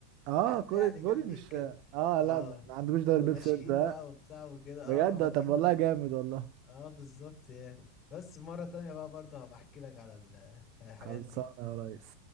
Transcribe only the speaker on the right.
اه
كوره
فولي
مش
اه
لا ما عندوش دوري
بيبسي انت آه؟
بجد
طب والله جامد والله
خلصانه
يا ريس